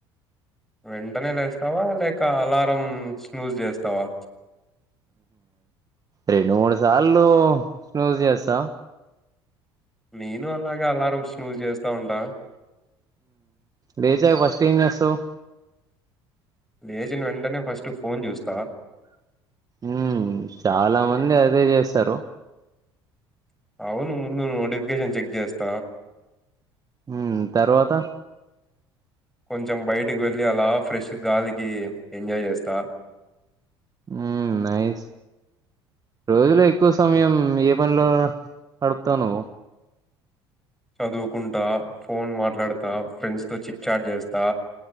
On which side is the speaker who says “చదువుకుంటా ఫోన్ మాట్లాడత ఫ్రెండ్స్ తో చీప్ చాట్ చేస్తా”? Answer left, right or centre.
Centre